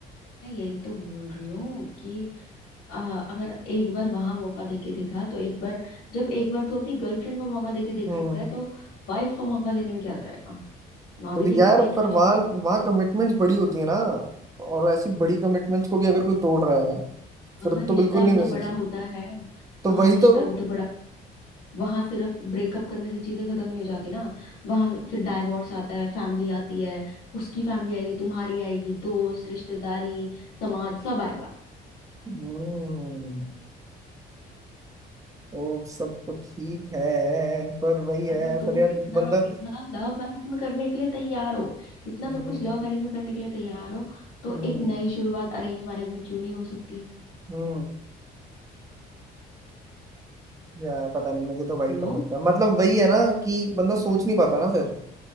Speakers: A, on the left; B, on the right.
A: मैं यही तो बोल रही हूँ कि अ, अगर एक बार वहां मौका देके देखा तो एक बार जब एक बार तू अपनी गर्लफ्रेंड को मौका देके देख
B: हम्म
A: सकता है तो वाइफ को मौका देने में क्या जाएगा वहां
B: तो
A: भी देके
B: यार
A: देख
B: पर
A: लो
B: वहाँ
A: जी
B: वहाँ कमिटमेंट्स बड़ी होती है ना और ऐसी बड़ी कमिटमेंट्स को भी अगर कोई तोड़ रहा है
A: वहां
B: फिर
A: रिश्ता
B: तो बिल्कुल
A: भी
B: नहीं
A: तो
B: दे सकते
A: बड़ा होता है
B: तो
A: वहां
B: वही
A: रिश्ता
B: तो
A: भी तो बड़ा वहां सिर्फ ब्रेकअप करने से चीजें खत्म नहीं हो जाती ना वहां फिर डाइवोर्स आता है फैमिली आती है उसकी फैमिली आएगी तुम्हारी आएगी दोस्त रिश्तेदारी समाज सब आएगा
B: हम्म तो सब तो ठीक है पर वही है
A: अगर तुम
B: पर यार
A: इतना
B: बंदा
A: इतना लव मैरिज में करने के लिए तैयार हो इतना
B: हम्म
A: सब कुछ लव मैरिज में करने के लिए तैयार हो तो
B: हम्म
A: एक नई शुरुआत अरेंज मैरिज में क्यों नहीं हो सकती
B: हम्म, यार पता नहीं मुझे तो वही
A: बोलो
B: पर लगता है मतलब वही है ना कि बंदा सोच नहीं पाता ना फिर